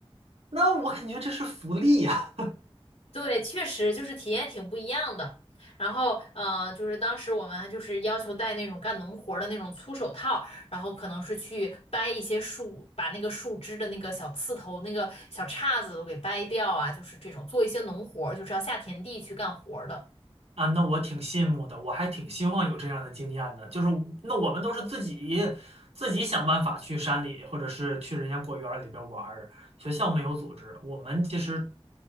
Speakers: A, on the right; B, on the left.
A: 那我感觉这是福利呀！
B: 对，确实就是体验挺不一样的。然后，呃，就是当时我们就是要求戴那种干农活儿的那种粗手套，然后可能是去掰一些树，把那个树枝的那个小刺头、那个小叉子都给掰掉啊，就是这种做一些农活儿，就是要下田地去干活儿的。
A: <laughs> 啊，那我挺羡慕的，我还挺希望有这样的经验的。就是那我们都是自己自己想办法去山里，或者是去人家果园里边玩儿。学校没有组织，我们其实